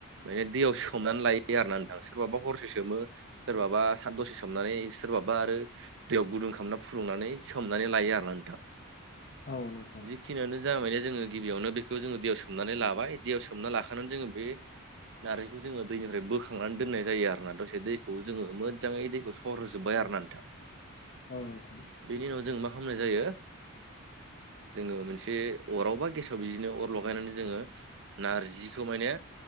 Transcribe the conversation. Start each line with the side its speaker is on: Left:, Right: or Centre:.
Right: माने दैयाव सोमनानै लायो आरोना नोंथां सोरबाबा हरसो सोमो। सोरबाबा साथ दसे सोमनानै सोरबाबा आरो दैयाव गुदुं खालामना फुदुंनानै। सोमनानै लायो आरोना नोंथां।
Left: औ नोंथां।
Right: खिनियानो जा माने जोङो गिबियावनो बेखौ जोङो दैयाव सोमनानै लाबाय दैयाव सोमना लाखानानै जोङो बे नारेंखौ जोङो दैनिफ्राय बोखांनानै दोननाय जायो आरोोना दसे दैखौ जोङो मोजाङै दैखौ हर होजोबबाय आरो ना नोंथां
Left: औ औ थाब
Right: बेनि उनाव जों मा खालामनाय जायो जोङो मोनसे अराव बा गेसाव बिदिनो अर लगायनानै जोङो नारजिखौ माने